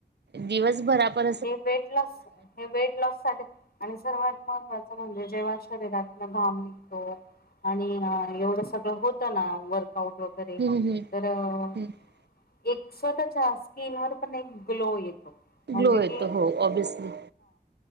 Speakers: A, on the right; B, on the left.
A: दिवसभर आपण -
B: हे वेट लॉस हे वेट लॉस साटी आणि सर्वात महत्त्वाचं - ह म्हणजे जेव्हा शरीरातनं घाम निघतो - आणि हा येवढं सगळं होतं ना - वर्कआउट - वगरे
A: हम्म हम्म
B: तर अ अ
A: हम्म
B: - एक स्वतःच्या स्किनवर पण एक ग्लो येतो. म्हणजे
A: ग्लो येतो
B: कि
A: हो ऑब्वियसली.